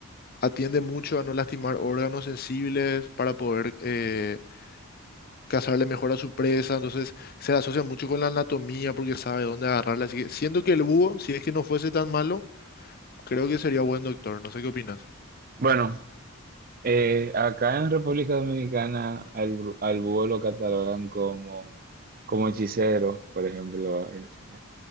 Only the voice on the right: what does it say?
Bueno, eh, acá en República Dominicana al, bru- al búho lo catalogan como, como hechicero, por ejemplo. el- el-